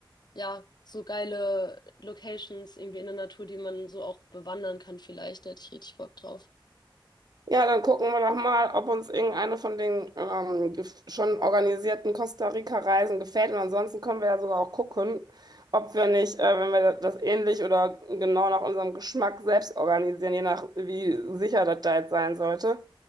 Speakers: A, on the left; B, on the right.
A: ja, so geile Locations irgendwie in der Natur, die man so auch bewandern kann vielleicht. Da hätte ich richtig Bock drauf.
B: Ja, dann gucken wir doch mal, ob uns irgendeine von den ähm, gef- schon organisierten Costa Rica-Reisen gefällt. Und ansonsten können wir ja sogar auch gucken, ob wir nicht, äh, wenn wir das ähnlich oder genau nach unserem Geschmack selbst organisieren, je nach wie sicher das da jetzt sein sollte,